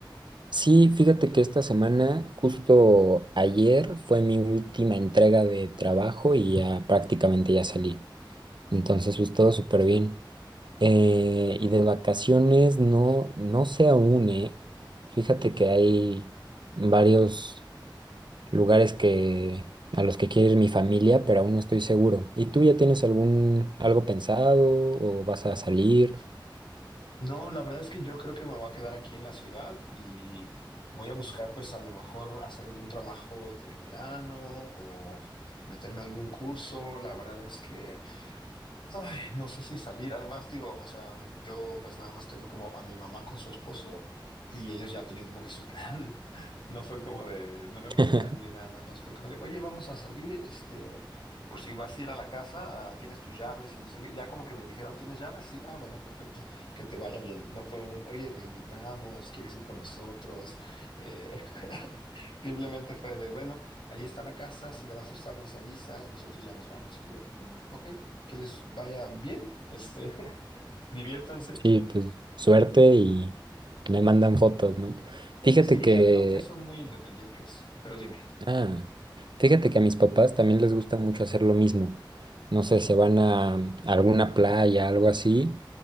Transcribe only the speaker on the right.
Sí, fíjate que esta semana, justo ayer, fue mi última entrega de trabajo y ya prácticamente ya salí. Entonces, pues todo súper bien. Eh, y de vacaciones, no, no sé aún, ¿eh? Fíjate que hay varios lugares que, a los que quiere ir mi familia, pero aún no estoy seguro. ¿Y tú ya tienes algún, algo pensado o vas a salir?
<laughs>
Sí, pues suerte y me mandan fotos, ¿no? Fíjate
que,
ah, fíjate que a mis papás también les gusta mucho hacer lo mismo. No sé, se van a, mm, a alguna playa, algo así,